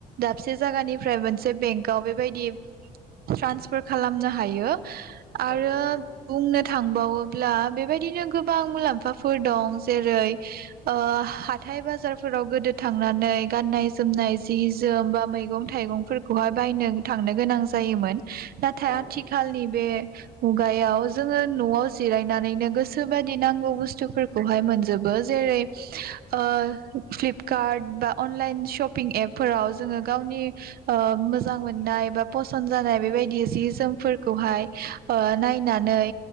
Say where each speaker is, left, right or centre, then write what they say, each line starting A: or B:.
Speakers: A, on the right; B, on the left.
A: दाबसे जायगानिफ्राय मोनसे बेंकआव बेबायदि ट्रान्सफार खालामनो हायो आरो
B: औ नंगौ
A: बुंनो थांबावोब्ला बेबायदिनो गोबां मुलाम्फाफोर दं जेरै ओ हाथाय बाजारफोराव गोदो थांनानै गाननाय जोमनाय जि जोम बा मैगं थाइगंफोरखौहाय बायनो थांनो गोनां जायोमोन नाथाय
B: औ
A: आथिखालनि
B: औ
A: बे मुगायाव जोङो न'आव जिरायनानैनो गोसोबादि नां नांगौ बुस्थुफोरखौ मोनजोबो जेरै ओ फ्लिपकार्ड बा अनलाइन सपिं एपफोराव जोङो गावनि ओ मोजां मोननाय बा पसन जानाय बेबायदि जि जोमफोरखौहाय ओ नायनानै